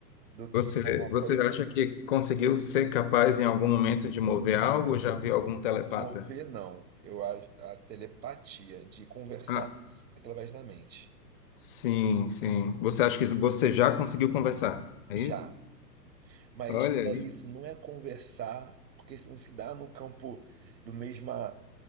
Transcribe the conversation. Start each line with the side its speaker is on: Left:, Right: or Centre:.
Right: do que
Left: Você,
Right: a
Left: você
Right: tele...
Left: acha que conseguiu ser capaz em algum momento de mover algo ou já viu algum telepata?
Right: mover, não. Eu acho a telepatia de conversar
Left: Ah,
Right: através da mente.
Left: Sim, sim. Você
Right: Isso,
Left: acha que você já conseguiu conversar? É
Right: Já.
Left: isso?
Right: Mas
Left: Olha aí.
Right: é isso, não é conversar, porque isso não se dá no campo do mesma